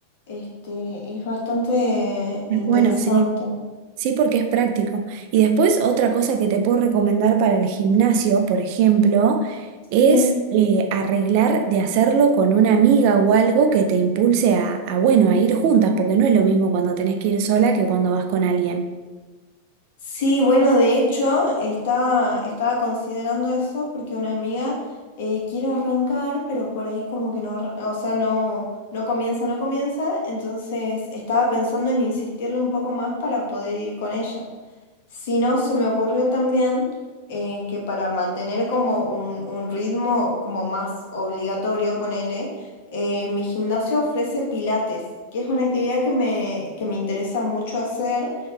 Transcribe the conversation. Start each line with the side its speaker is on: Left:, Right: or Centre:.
Left: Este, es bastante
Right: Es
Left: interesante.
Right: bueno, sí. Sí, porque es práctico. Y después otra cosa que te puedo recomendar para el gimnasio, por ejemplo, es
Left: Sí.
Right: eh, arreglar de hacerlo con una amiga o algo que te impulse a, a, bueno, a ir juntas, porque no es lo mismo cuando tenés que ir sola que cuando vas con alguien.
Left: Sí, bueno, de hecho, está, estaba considerando eso porque una amiga eh, quiere arrancar, pero por ahí como que no, arran- o sea, no, no comienza, no comienza. Entonces estaba pensando en insistirle un poco más para poder ir con ella. Si no, se me ocurrió también eh, que para mantener como un, un ritmo como más obligatorio, ponele, eh, mi gimnasio ofrece pilates, que es una actividad que me, que me interesa mucho hacer